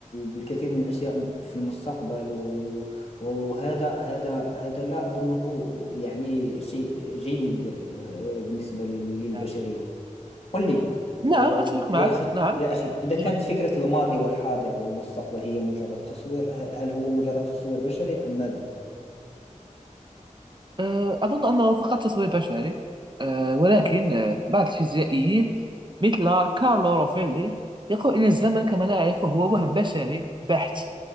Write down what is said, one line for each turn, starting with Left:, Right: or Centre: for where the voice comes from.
Left: بالكثير من الأشياء في المستقبل و- وهذا هذا هذا لا أظنه يعني شيء جيد آه، بالنسبة لل- للبشرية
Right: نعم
Left: قل لي
Right: نعم
Left: آه،
Right: أتفق
Left: يا
Right: معك
Left: أخي
Right: نعم
Left: يا أخي إذا كانت
Right: نعم.
Left: فكرة الماضي والحاضر والمستقبل هي مجرد تصوير هل هل هو مجرد تصوير بشري أم ماذا؟
Right: أه، أظن أنه فقط تسوير بشري أه، ولكن أه، بعض الفيزيائيين مثل كارلو روفيلي يقول إن الزمن كما نعرفه هو وهم بشري بحت